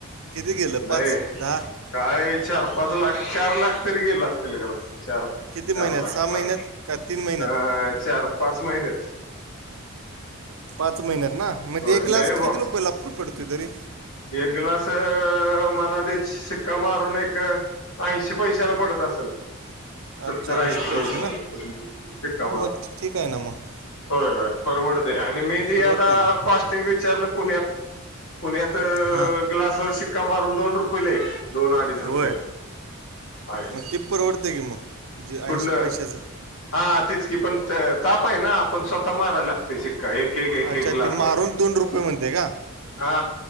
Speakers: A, on the right; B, on the left.
A: किती गेलं
B: नाही.
A: पाच दहा
B: काय चार पाच लाख चार लाख तिरीगल असतील गला चार.
A: किती
B: चार
A: महिन्यात
B: लाख
A: सहा महिन्यात
B: पाच
A: का तीन महिन्यात
B: अ चार पाच महिन्यात.
A: पाच महिन्यात ना मग
B: होय
A: ते एक
B: लय
A: ग्लास
B: बॉक्स
A: किती रुपये ला पडतोय तरी
B: एक ग्लास मला ते शिक्का मारून एक. ऐंशी पैशाला पडत असेल. सत्तर
A: अच्छा
B: ऐंशी
A: पैसे
B: पैसे
A: ना
B: <unintelligible>
A: हां मग ठी- ठीक आहे ना मग
B: होय होय परवडतय आणि मी बि
A: परवडते
B: आता
A: की
B: कॉस्टिंग विचारलं पुण्यात पुण्यात
A: हा
B: ग्लास वर शिक्का मारून दोन रुपये ला एक दोन अडीच
A: होय
B: रुपयेला अय
A: मग ते परवडते की मग जे
B: कुठलं
A: ऐंशी पैशाचं
B: हा तेच की पण ताप आहे ना आपण स्वतः मारायला ते शिक्का एक एक एक
A: अच्छा
B: एक ग्लासवर
A: ते मारून दोन रुपये म्हणते का
B: हा